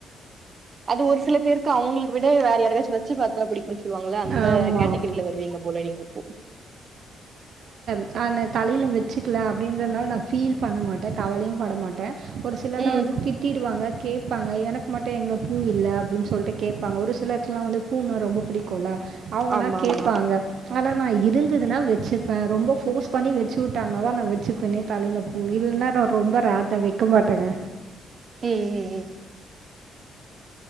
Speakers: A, on the right; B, on the right.
A: அது ஒரு சில பேருக்கு அவுங்களுக்கு விட வேற யாருக்காச்சு வெச்சு பாத்தா பிடிக்கும் சொல்லுவாங்கள அந்த
B: ஆமாம்
A: கேட்டகிரில வருவீங்க போல நீங்க அப்போ
B: நானு தலையில வெச்சுக்கல அப்டின்றதுனால நா ஃபீல் பண்ணமாட்ட கவலையும் பட மாட்ட ஒரு சிலர்லா
A: ம்
B: வந்து ஃபீல் குட்டிடுவாங்க கேப்பாங்க எனக்கு மட்டும் எங்க பூ இல்ல அப்டின்னு சொல்ட்டு கேப்பாங்க ஒரு சிலருக்குலா வந்து பூன்னா ரொம்ப பிடிக்கு ல அவங்கலா
A: ஆமா
B: கேப்பாங்க
A: ஆமா
B: ஆனா நா இருந்ததுன்னா வெச்சுப்ப ரொம்ப ஃபோர்ஸ் பண்ணி வெச்சு விட்டாங்கன்னா தா நா வெச்சுப்பனே தலையில பூ இல்லனா நா ரொம்ப ரேர் தா வெக்க மாட்டங்க
A: ம்ம் ம்ம் ம்ம்